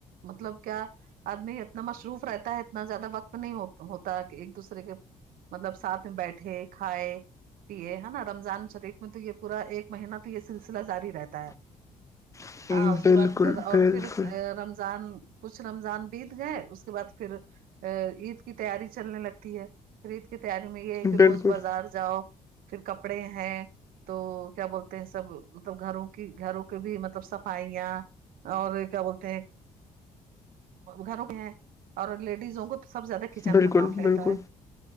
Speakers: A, on the right; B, on the left.
A: مطلب کیا آدمی اتنا مصروف رہتا ہے اتنا زیادہ وقت نہیں ہوتا کی ایک دوسرے کے مطلب ساتھ میں بیٹھے کھائے پیے ہے نا رمضان شریف میں تو یے پورا ایک مہینہ تو یے سلسلہ جاری رہتا ہے
B: ام،
A: ہاں اس
B: بالکل
A: کے بعد اور
B: بالکل
A: پھر رمضان کچھ رمضان بیت گئے اس کے بعد پھر عید کی تیاری چلنے لگتی ہے پھر عیدکی تیاری میں یے ہے کی
B: بالکل
A: روز بازار جاؤ پھر کپڑے ہیں تو کیا بولتے ہیں سب مطلب گھروں کی گھروں کے بھی مطلب صفائیاں اور کیا بولتے ہیں گھروں میں ہیں اور لیڈیزوں کو تو سب زیادہ کچن
B: بالکل
A: کا کام رہتا
B: بالکل
A: ہے